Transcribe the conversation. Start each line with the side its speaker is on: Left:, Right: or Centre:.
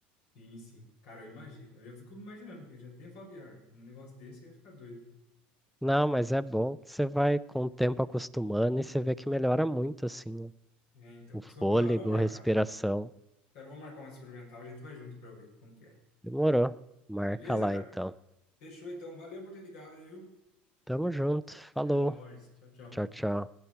Left: Sim, sim. Cara, eu imagino. Eu já fico imaginando que eu já tenho falta de ar. Um negócio desse eu ia ficar doido.
Centre: Não, mas é bom que você vai com o tempo acostumando e você vê que melhora muito assim,
Left: É, então.
Centre: o
Left: Mas
Centre: fôlego,
Left: qualquer hora eu vou marcar.
Centre: a respiração.
Left: Cara, eu vou marcar uma experimental. A gente vai junto pra eu ver como que é.
Centre: Demorou. Marca
Left: Beleza,
Centre: lá
Left: cara?
Centre: então.
Left: Fechou, então. Valeu por ter ligado aí, viu?
Centre: Tamo junto. Falou.
Left: É nóis. Tchau, tchau.
Centre: Tchau, tchau.